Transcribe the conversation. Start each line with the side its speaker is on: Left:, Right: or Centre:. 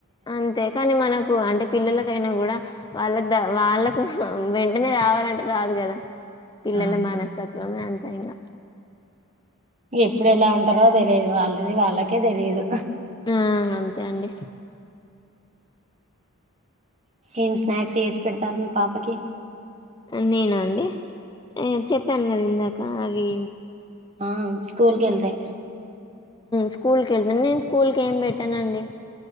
Left: అంతే కానీ మనకు అంటే పిల్లలకైనా కూడా వాళ్ళకి ద వాళ్ళకు వెంటనే రావాలంటే రాదు కదా పిల్లల
Right: అవును
Left: మనస్తత్వమే అంత ఇంగా
Right: ఎప్పుడు ఎలా ఉంటారో తెలియదు వాళ్ళది వాళ్ళకే తెలియదు
Left: ఆ అంతే అండి
Right: ఏం స్నాక్స్ వేసి పెడతారు మీ పాపకి
Left: నేన అండి చెప్పాను కదా ఇందాక అవి
Right: ఆ స్కూల్కి వెళ్తే
Left: స్కూల్ కి వే నేను స్కూల్ కి ఏం పెట్టానండి